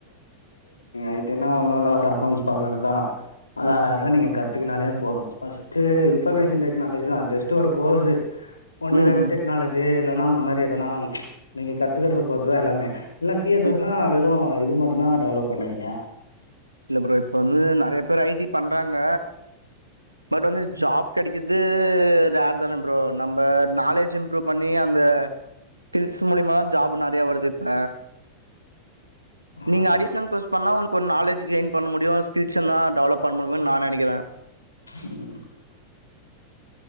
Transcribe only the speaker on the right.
ம்
ம்
ம்
ம்
இல்ல ப்ரோ இப்ப வந்து நறையா பேரு ஐடி பண்றாங்க பட் வந்து ஜாப் கெடைக்கறது ரேர் தான ப்ரோ நம்ப நாலேஜி இம்ப்ரூவ் பண்ணி அந்த ஸ்கில்ஸ் மூலியமா ஜாப் நறையா வருது இப்ப
நீங்க அடிஷனல் கோர்ஸ் பண்ணா உங்களுக் கொரு நாலேஜி கெயின் பண்ண முடியும் ஸ்கில்ஸ்லா டெவலப் பண்ண முடியுமோனு நா நெனைக்கிறன்